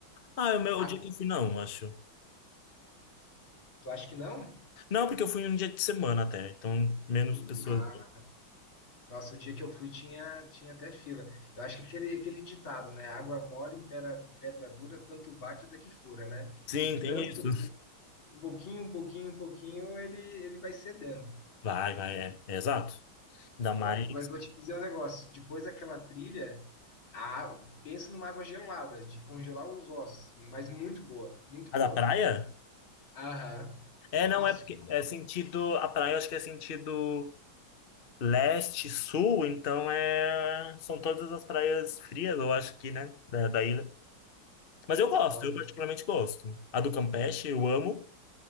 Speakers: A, on the left; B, on the left.
A: Ah, é o meu
B: Ah,
A: o dia que eu fui, não, acho.
B: tu acha que não?
A: Não, porque eu fui um dia de semana até, então menos pessoas.
B: Ah, nossa, o dia que eu fui tinha, tinha até fila. Eu acho que aquele, aquele ditado, né? Água mole em pedra, pedra dura, tanto bate até que fura, né?
A: Sim,
B: De
A: tem
B: tanto,
A: isso.
B: um pouquinho, um pouquinho, um pouquinho, ele, ele vai cedendo.
A: Vai, vai, é, é exato. Ainda mais.
B: Ó, mas vou te dizer um negócio. Depois daquela trilha, a... pensa numa água gelada, de congelar os ossos. Mas muito boa, muito
A: A
B: boa.
A: da praia?
B: Aham.
A: É,
B: Nossa,
A: não, é porque é sentido. A praia eu acho que é sentido. leste, sul, então é... são todas as praias frias, eu acho aqui, né? Da, da ilha. Mas eu gosto,
B: nossa.
A: eu particularmente gosto. A do Campeche eu amo,